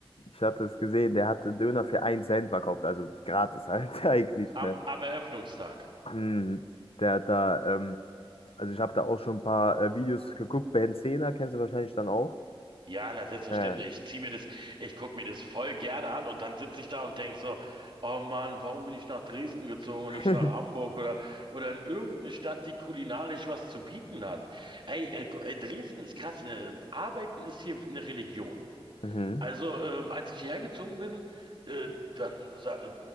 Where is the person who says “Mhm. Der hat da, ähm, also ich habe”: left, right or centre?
Left